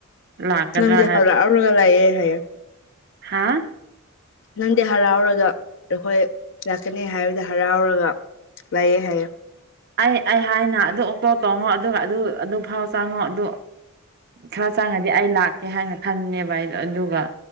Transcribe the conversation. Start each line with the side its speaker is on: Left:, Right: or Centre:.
Right: ꯂꯥꯛꯀꯗ꯭ꯔꯥ
Left: ꯅꯪꯗꯤ ꯍꯔꯥꯎꯔꯒ ꯂꯩꯌꯦ ꯍꯥꯏꯌꯦ
Right: ꯍꯥꯥ
Left: ꯅꯪꯗꯤ ꯍꯔꯥꯎꯔꯒ ꯑꯈꯣꯏ ꯂꯥꯛꯀꯅꯤ ꯍꯥꯏꯕꯗ ꯍꯔꯥꯎꯔꯒ ꯂꯩꯌꯦ ꯍꯥꯏꯌꯦ
Right: ꯑꯩ ꯑꯩ ꯍꯥꯏꯅ ꯑꯗꯨ ꯑꯣꯛꯇꯣ ꯇꯣꯡꯉꯣ ꯑꯗꯨꯒ ꯑꯗꯨ ꯑꯗꯨ ꯐꯥꯎ ꯆꯪꯉꯣ ꯑꯗꯨ ꯁꯥ ꯆꯪꯉꯗꯤ ꯑꯩ ꯂꯥꯛꯀꯦ ꯍꯥꯏꯅ ꯈꯟꯅꯦꯕ ꯑꯩꯗꯣ ꯑꯗꯨꯒ